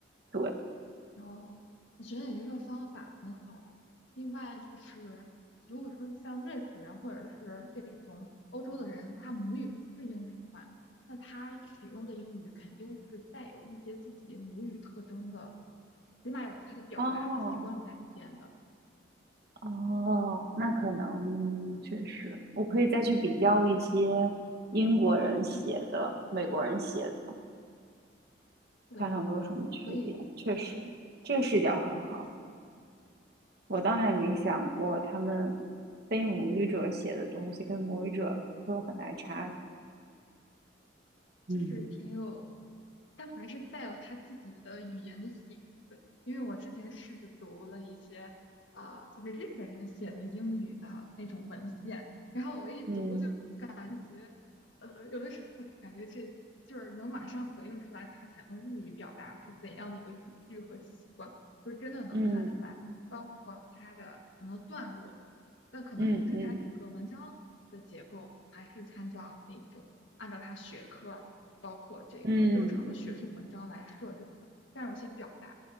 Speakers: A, on the right (about 55°); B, on the left (about 75°).
A: 对，
B: 然后我觉得你这个方法很好。另外就是，如果说像瑞士人或者是这种欧洲的人，他母语不是英语的话，那他使用的英语肯定是带有一些自己母语特征的，起码有他的表达习惯在里边的。
A: 哦哦，那可能确实，我可以再去比较一些英国人写的、
B: 嗯，
A: 美国人写的。
B: 对，
A: 看看有没有什么区别。
B: 可以，
A: 确实，这个视角很好，
B: 是的，
A: 我倒还没想过他们
B: 是的，是的。
A: 非母语者写的东西跟母语者会有很大差别。嗯，
B: 就是挺有，但还是带有他自己的语言的影子。因为我之前试着读了一些啊、就是日本人写的英语的那种文献，然后我一读就感觉，
A: 嗯
B: 呃，有的时候感觉这就是能马上回应出来他想用日语表达是怎样的一个语句和习惯，就是真的能看出来，
A: 嗯
B: 包括他的可能段落。那可能就是它整个文章的结构还是参照那种按照它学科儿，
A: 嗯嗯
B: 包括这个正常的学术文章来设定的，
A: 嗯，
B: 但有些表达